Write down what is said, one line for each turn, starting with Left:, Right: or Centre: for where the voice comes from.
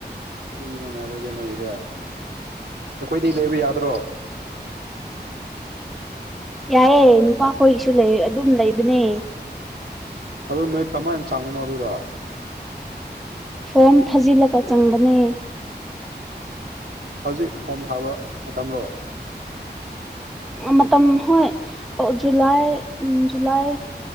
Right: ꯀꯔꯤꯅꯣꯅꯦ ꯑꯗꯨꯗꯤ ꯅꯣꯏꯒꯤꯁꯦ ꯑꯩꯈꯣꯏꯗꯤ ꯂꯩꯕ ꯌꯥꯗ꯭ꯔꯣ
Centre: ꯌꯥꯏꯑꯦ ꯅꯨꯄꯥꯈꯣꯏꯒꯤꯁꯨ ꯂꯩ ꯑꯗꯨꯝ ꯂꯩꯕꯅꯦ
Right: ꯑꯗꯨ ꯅꯣꯏ ꯀꯃꯥꯏꯅ ꯆꯪꯕꯅꯣ ꯑꯗꯨꯗ
Centre: ꯐꯣꯝ ꯊꯥꯖꯤꯜꯂꯒ ꯆꯪꯕꯅꯦ
Right: ꯍꯧꯖꯤꯛ ꯐꯣꯝ ꯊꯥꯕ ꯃꯇꯝꯔꯣ
Centre: ꯑꯥ ꯃꯇꯝ ꯍꯣꯏ ꯖꯨꯂꯥꯏ ꯎꯝ ꯖꯨꯂꯥꯏ